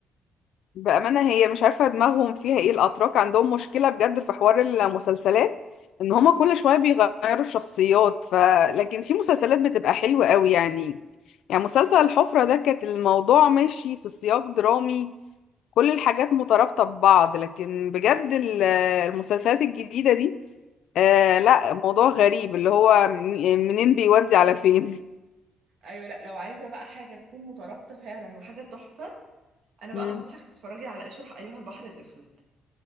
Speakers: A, on the left (about 75°); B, on the right (about 70°).
A: بأمانة هي مش عارفة دماغهم فيها ايه الأتراك عندهم مشكلة بجد في حوار المسلسلات
B: <laughs>
A: ان هما
B: اه
A: كل شوية بيغيروا الشخصيات ف لكن في مسلسلات بتبقى حلوة قوي يعني يعني مسلسل الحفرة ده كانت الموضوع ماشي في سياق درامي كل الحاجات مترابطة ببعض لكن بجد ال- المسلسلات الجديدة دي آه
B: م.
A: لا موضوع غريب اللي هو م- منين بيودي على فين
B: ايوه لا لو عايزه بقى حاجه تكون مترابطه فعلا وحاجه تحفه انا بقى
A: مم.
B: هنصحك تتفرجي على اشرح ايها البحر الاسود